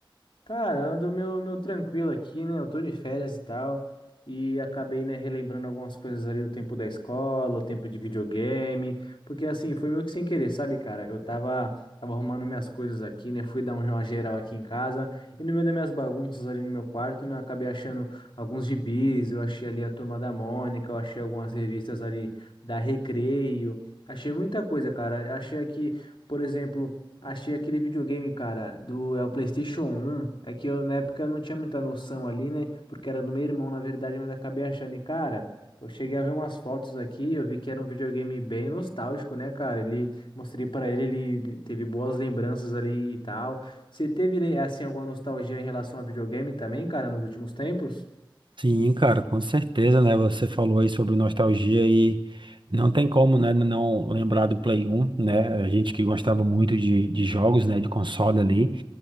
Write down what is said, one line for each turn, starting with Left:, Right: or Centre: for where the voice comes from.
Left: Cara, ando meu, meu tranquilo aqui, né? Eu tô de férias e tal. E acabei, né, relembrando algumas coisas ali do tempo da escola, o tempo de videogame. Porque assim, foi meio que sem querer, sabe, cara? Eu tava, tava arrumando minhas coisas aqui, né? Fui dar um- uma geral aqui em casa. E no meio das minhas bagunças ali no meu quarto, né? eu Acabei achando alguns gibis, eu achei ali a Turma da Mônica, eu achei algumas revistas ali da Recreio. Achei muita coisa, cara. Achei aqui, por exemplo. Achei aquele videogame, cara, do é o PlayStation um É que eu, na época eu não tinha muita noção ali, né? Porque era do meu irmão, na verdade, mas acabei achando. E, cara, eu cheguei a ver umas fotos aqui, eu vi que era um videogame bem nostálgico, né, cara? Ele mostrei pra ele, ele teve boas lembranças ali e tal. Você teve, assim, alguma nostalgia em relação a videogame também, cara, nos últimos tempos?
Right: Sim, cara, com certeza, né? Você falou aí sobre nostalgia e não tem como, né, não lembrar do Play 1, né? A gente que gostava muito de, de jogos, né, de console ali.